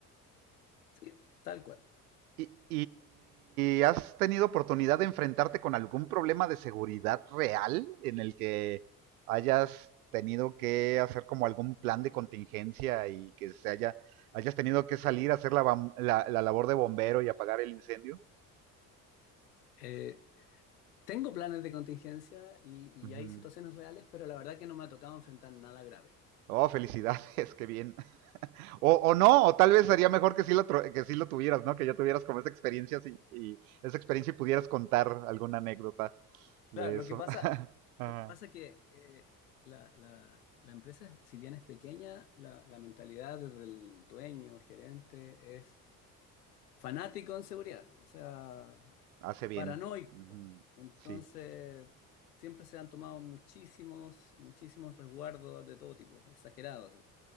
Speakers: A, on the left (about 80°); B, on the right (about 70°).
A: sí, tal cual.
B: ¿Y, y has tenido oportunidad de enfrentarte con algún problema de seguridad real en el que hayas tenido que hacer como algún plan de contingencia y que se haya, hayas tenido que salir a hacer la, bam- la- la labor de bombero y apagar el incendio?
A: Eh, Tengo planes de contingencia y, y
B: Ujú.
A: hay situaciones reales, pero la verdad que no me ha tocado enfrentar nada grave.
B: Oh, felicidades, <laughs> qué bien. O, o no, o tal vez sería mejor que sí, lo, que sí lo tuvieras, ¿no? Que ya tuvieras como esa experiencia así, y esa experiencia y pudieras contar alguna anécdota de
A: Claro, lo
B: eso.
A: que pasa,
B: <laughs> Ajá.
A: lo que pasa que eh, la, la- la empresa, si bien es pequeña, la, la mentalidad del dueño, gerente, es fanático en seguridad, o sea,
B: Hace bien.
A: paranoico.
B: Ujú.
A: Entonces,
B: Sí.
A: siempre se han tomado muchísimos, muchísimos resguardos de todo tipo, exagerados.